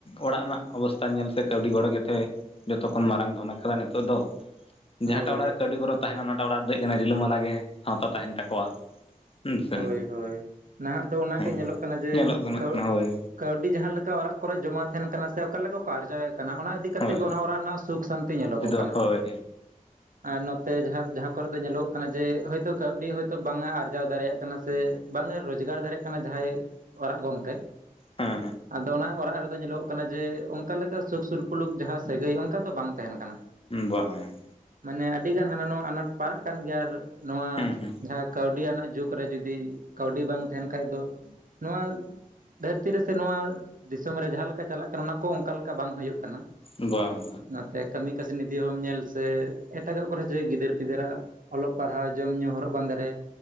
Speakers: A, on the left; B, on the right.
A: ᱚᱲᱟᱜ ᱨᱮᱱᱟᱜ ᱚᱵᱚᱥᱛᱟ ᱧᱮᱞ ᱥᱮ ᱠᱟᱹᱣᱰᱤ ᱜᱚᱲᱚ ᱜᱮᱛᱮ ᱡᱚᱛᱚ ᱠᱷᱚᱱ ᱢᱟᱨᱟᱝ ᱫᱷᱚᱱ ᱟᱠᱟᱫᱟ ᱱᱤᱛᱚᱜ ᱫᱚ
B: ᱦᱳᱭ
A: ᱡᱟᱦᱟᱸᱴᱟᱜ ᱚᱲᱟᱜ ᱨᱮ ᱠᱟᱹᱣᱰᱤ ᱠᱚᱚᱨᱚ ᱛᱟᱦᱮᱱᱟ ᱚᱱᱟᱴᱟᱜ ᱚᱲᱟᱜ ᱨᱮᱫᱚ ᱦᱩᱭᱩᱜ ᱠᱟᱱᱟ ᱨᱤᱞᱟᱹᱢᱟᱞᱟ ᱜᱮ ᱥᱟᱶᱛᱟ ᱛᱟᱦᱮᱱ ᱛᱟᱠᱚᱣᱟ ᱦᱮᱸ ᱥᱮ
B: ᱦᱳᱭ ᱦᱳᱭ ᱱᱟᱦᱟᱜ ᱫᱚ ᱚᱱᱟᱜᱮ
A: ᱦᱮᱸ
B: ᱧᱮᱞᱚᱜ ᱠᱟᱱᱟ ᱡᱮ
A: ᱧᱮᱞᱚᱜ ᱜᱟᱱᱚᱜ
B: ᱠᱟᱹᱣ
A: ᱠᱟᱱᱟ ᱦᱳᱭ
B: ᱠᱟᱹᱣᱰᱤ ᱡᱟᱦᱟᱸ ᱞᱮᱠᱟ ᱚᱲᱟᱜ ᱠᱚᱨᱮ ᱡᱚᱢᱟ ᱛᱟᱦᱮᱱ ᱠᱟᱱᱟ ᱥᱮ ᱚᱠᱟ ᱞᱮᱠᱟ ᱠᱚ ᱟᱨᱡᱟᱣᱮᱫ ᱠᱟᱱᱟ ᱚᱱᱟ ᱤᱫᱤ ᱠᱟᱛᱮ
A: ᱦᱳᱭ
B: ᱜᱮ ᱚᱱᱟ ᱚᱲᱟᱜ ᱨᱮᱱᱟᱜ ᱥᱩᱠ ᱥᱟᱱᱛᱤ ᱧᱮᱞᱚᱜᱚᱜ
A: ᱛᱮᱫᱚ
B: ᱠᱟᱱᱟ
A: ᱦᱳᱭ
B: ᱟᱨ ᱱᱚᱛᱮ ᱡᱟᱦᱟᱸ ᱡᱟᱦᱟᱸ ᱠᱚᱨᱮ ᱫᱚ ᱧᱮᱞᱚᱜ ᱠᱟᱱᱟ ᱡᱮ ᱦᱭᱛᱳ ᱠᱟᱹᱣᱰᱤ ᱦᱭᱛᱳ ᱵᱟᱝ ᱮ ᱟᱨᱡᱟᱣ ᱫᱟᱲᱮᱭᱟᱜ ᱥᱮ ᱵᱟᱝᱮ ᱨᱳᱡᱽᱜᱟᱨ ᱫᱟᱲᱮᱭᱟᱜ ᱠᱟᱱᱟ ᱡᱟᱦᱟᱸᱭ ᱚᱲᱟᱜ ᱜᱚᱝᱠᱮ
A: ᱦᱮᱸ
B: ᱟᱫᱚ ᱚᱱᱟ ᱚᱲᱟᱜ ᱨᱮᱫᱚ ᱧᱮᱞᱚᱜ ᱠᱟᱱᱟ ᱡᱮ ᱚᱱᱠᱟ ᱞᱮᱠᱟ ᱥᱩᱠ ᱥᱩᱨᱯᱩᱨᱩᱞᱩᱠ ᱡᱟᱦᱟᱸ ᱥᱟᱹᱜᱟᱹᱭ ᱚᱱᱠᱟ ᱫᱚ ᱵᱟᱝ ᱛᱟᱦᱮᱱ ᱠᱟᱱᱟ
A: ᱵᱟᱝ
B: ᱢᱟᱱᱮ ᱟᱹᱰᱤᱜᱟᱱ ᱦᱟᱱᱟ ᱱᱚᱣᱟᱣᱟ ᱟᱱᱟᱴ ᱯᱟᱲᱟᱜ ᱠᱟᱱ ᱜᱮᱭᱟ ᱟᱨ ᱱᱚᱣᱟ
A: ᱦᱮᱸ ᱦᱮᱸ
B: ᱡᱟᱦᱟᱸ ᱠᱟᱹᱣᱰᱤ ᱟᱱᱟᱜ ᱡᱩᱜᱽ ᱠᱚᱨᱮ ᱡᱩᱫᱤ ᱠᱟᱹᱣᱰᱤ ᱵᱟᱝ ᱛᱟᱦᱮᱱ ᱠᱷᱟᱡ ᱫᱚ ᱱᱚᱶᱟ ᱫᱷᱟᱹᱨᱛᱤ ᱨᱮᱥᱮ ᱱᱚᱣᱟ ᱫᱤᱥᱚᱢ ᱨᱮ ᱡᱟᱦᱟᱸ ᱞᱮᱠᱟ ᱪᱟᱞᱟᱜ ᱠᱟᱱᱟ ᱚᱱᱟ ᱠᱚ ᱚᱱᱠᱟ ᱞᱮᱠᱟ ᱵᱟᱝ ᱦᱩᱭᱩᱜ ᱠᱟᱱᱟ᱾
A: ᱵᱟᱝ ᱵᱟᱝ
B: ᱱᱚᱛᱮ ᱠᱟᱹᱢᱤ ᱠᱟᱹᱥᱱᱤ ᱫᱤᱦᱚᱸᱢ ᱧᱮᱞ ᱥᱮ ᱮᱴᱟᱜᱟᱜ ᱠᱚᱨᱮ ᱡᱮ ᱜᱤᱫᱟᱹᱨ ᱯᱤᱫᱟᱹᱨᱟᱜ, ᱚᱞᱚᱜ ᱯᱟᱲᱦᱟᱣ ᱡᱚᱢ ᱧᱩ ᱦᱚᱨᱚᱜ ᱵᱟᱸᱫᱮ ᱨᱮ